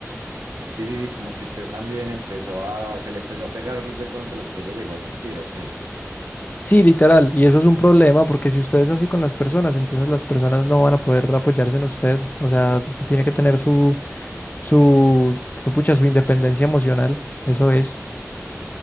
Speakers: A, on the right (about 85°); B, on the left (about 30°).
A: Sí, sí, sí, como que usted también empezó a, se le empezó a pegar de pronto lo que ella llegó a sentir, ¿o qué?
B: Sí, literal. Y eso es un problema porque si usted es así con las personas, entonces las personas no van a poder apoyarse en usted. O sea, usted tiene que tener su, su, pucha, su independencia emocional. Eso es.